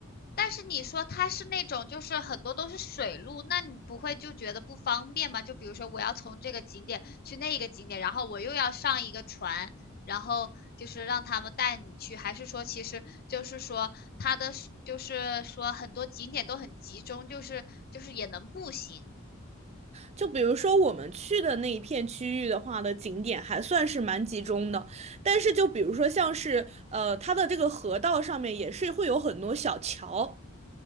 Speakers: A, on the left; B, on the right.
A: 但是你说它是那种就是很多都是水路，那你不会就觉得不方便吗？就比如说我要从这个景点去那一个景点，然后我又要上一个船，然后就是让他们带你去，还是说其实就是说它的是就是说很多景点都很集中，就是就是也能步行。
B: 就比如说我们去的那一片区域的话的景点还算是蛮集中的，但是就比如说像是呃它的这个河道上面也是会有很多小桥，